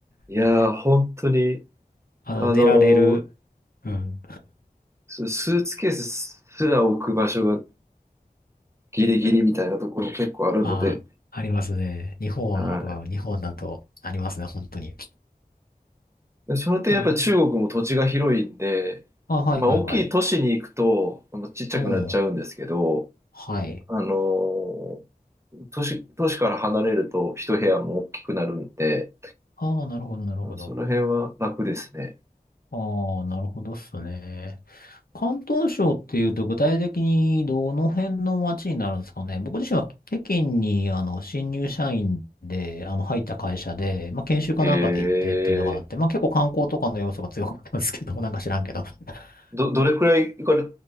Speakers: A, on the right; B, on the left.
A: いやー、
B: <laughs>
A: 本当に、
B: あの、
A: あのー
B: 寝られる。うん。
A: そのスーツケースすら置く場所がギリギリみたいなところ結構あるので、
B: ああ、ありますね。日本は、
A: は
B: うん日本だとありますね、本当に。
A: い。でその点やっぱ中国も土地が広いんで、
B: なるほど。あ、はいはいはい。
A: まあ大きい都市に行くと、まあちっちゃくなっちゃうんですけど、
B: うん。はい。
A: あのー都市、都市から離れると一部屋も大きくなるんで、
B: ああ、なるほど、なるほど。
A: その辺は楽ですね。
B: ああ、なるほどっすね。広東省っていうと具体的にどの辺の街になるんですかね。僕自身は北京にあの新入社員であの入った会社で、まあ、研修かなんかで行ってっていうのがあって、
A: えー、
B: まあ、結構観光とかの要素が強かったんですけど、<laughs> なんか知らんけど。<laughs>
A: ど、どれくらい行かれ、